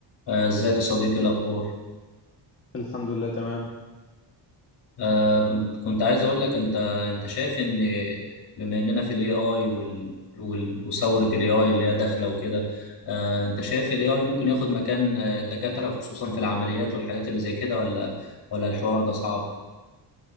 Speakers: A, on the left; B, on the left.
A: آه، ازيك يا صديقي إيه الاخبار
B: الحمد لله تمام
A: آه كنت كنت عايز اقول لك انت انت شايف ان بما اننا في الاي اي وال وال- وثوره الاي اي اللي هي داخله وكده آه انت شايف الاي اي ممكن ياخد مكان آه، الدكاتره خصوصا في العمليات والحاجات اللي زي كده ولا ولا الحوار ده صعب